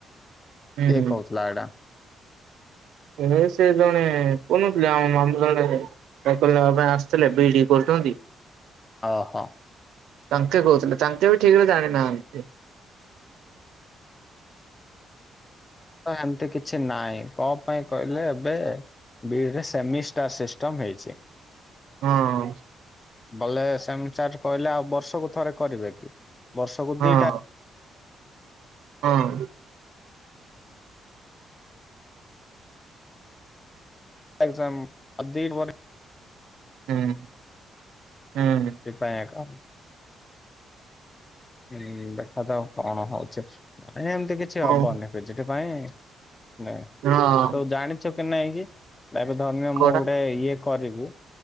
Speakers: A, on the right (about 80°); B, on the left (about 20°).
A: ହୁଁ
B: କେ କହୁଥିଲଥିଲା ଏଇଟା।
A: ଏ ସେ ଜଣେ କନଥିଲେ ଆମ ମାମୁ ଜଣେ। ଏମ କରିବା ପାଇଁ ଆସିଥିଲେ ବିଡି କରୁଚନ୍ନ୍ତି।
B: ଓହୋ।
A: ତାଙ୍କେ କହୁଥିଲେ ତାଙ୍କେ ବି ଠିକରେ ଜାଣି ନାହାନ୍ତି।
B: ଏମିତି କିଛି ନାହିଁ କଣ ପାଇଁ କହିଲେ ଏବେ ବିଇଡରେ ସେମିଷ୍ଟାର ସିଷ୍ଟମ ହେଇଛି।
A: ହଁ
B: ବଲେ ସେମି ଷ୍ଟାର କହିଲେ ଆଉ ବର୍ଷକୁ ଥରେ କରିବେ କି ବର୍ଷକୁ
A: ହଁ
B: ଦିଟା।
A: ହଁ,
B: ଏଗଜାମ ବିଇଡି ପରେ
A: ହୁଁ, ହୁଁ
B: ସେପ କ <inaudible> ହୁଁ ଦେଖାଯାଉ କଣ ହଉଛି ମାନେ ଏମିତି କିଛି
A: ହଉ
B: ହବନି ସେଠି ନାଇଁ। ନାଇଁ
A: ହଁ
B: ତୁ ଜାଣିଛୁ କେ ନାଇଁ କିି ଏବେ ଧନ୍ୟ
A: କଡା
B: ମୁଁ ଗୋଟେ ଇଏ କରିବି